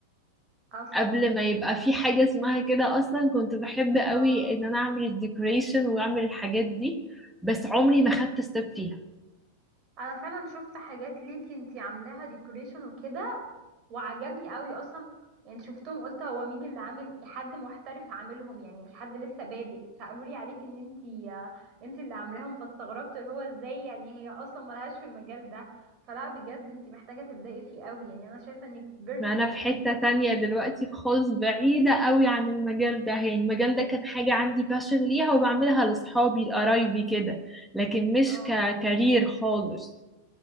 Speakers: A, on the right; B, in the centre.
A: اصلا
B: قبل ما يبقى في حاجة اسمها كده اصلا كنت بحب قوي
A: اه
B: ان انا اعمل الديكوريشن واعمل الحاجات دي بس عمري ما خدت ستيب فيها
A: انا فعلا شفت حاجات ليكي انتي عاملاها ديكوريشن وكده وعجبني قوي اصلا يعني شفتهم قلت هو مين اللي عامل حد محترف عاملهم يعني مش حد لسه بادئ فقالوا لي عليك ان انتي آه، انتي اللي عاملاهم فاستغربت اللي هو ازاي يعني هي اصلا ملهاش في المجال ده فلا بجد انتي محتاجة تبدأي فيه قوي يعني انا شايفة انك بيرفكت
B: ما انا في
A: فيه
B: حتة تانية دلوقتي في خالص بعيدة قوي عن المجال ده يعني المجال ده كان حاجة عندي باشن ليها وبعملها لصحابي لقرايبي كده لكن مش
A: اه
B: ككارير خالص